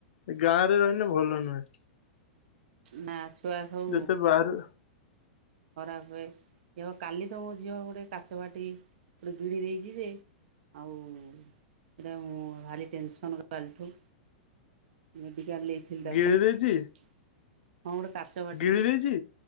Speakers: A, on the left; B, on the right.
A: ଏ ଗାଁ ରେ ରହିଲେ ଭଲ ନୁହେଁ।
B: ନା ଛୁଆ ସବୁ
A: ଯେତେ ବାହାରେ
B: ଖରାପ ହୁଏ କାଲି ତ ମୋ ଝିଅ ଗୋଟେ କାଚ ବାଟି ଗୋଟେ ଗିଳି ଦେଇଛି ଯେ ଆଉ ସେଇଟା ମୁଁ ଭାରି ଟେନସନ୍ କାଲି ଠୁ ମୁଁ ବି କଲି ନେଇଥିଲି ତାକୁ
A: ଗିଳି
B: ଖାଲି ହଁ
A: ଦେଇଛି
B: ଗୋଟେ କାଚ ବାଟି
A: ଗିଳି ଦେଇଛି